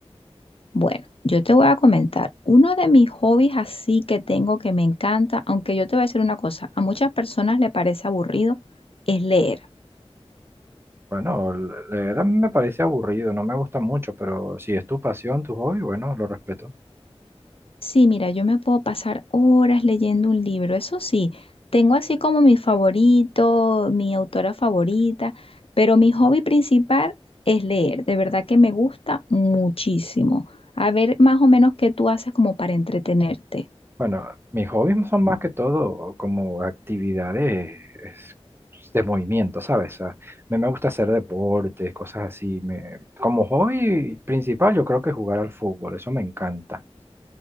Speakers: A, on the left; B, on the right.
A: Bueno, yo te voy a comentar, uno de mis hobbies así que tengo que me encanta, aunque yo te voy a decir una cosa, a muchas personas le parece aburrido, es leer.
B: Bueno, leer a mí me parece aburrido, no me gusta mucho, pero si es tu pasión, tu hobby, bueno, lo respeto.
A: Sí, mira, yo me puedo pasar horas leyendo un libro, eso sí, tengo así como mi favorito, mi autora favorita, pero mi hobby principal es leer, de verdad que me gusta muchísimo. A ver más o menos qué tú haces como para entretenerte.
B: Bueno, mis hobbies son más que todo como actividades es, pues, de movimiento, ¿sabes? O sea, me, me gusta hacer deportes, cosas así. Me, como hobby principal yo creo que jugar al fútbol, eso me encanta.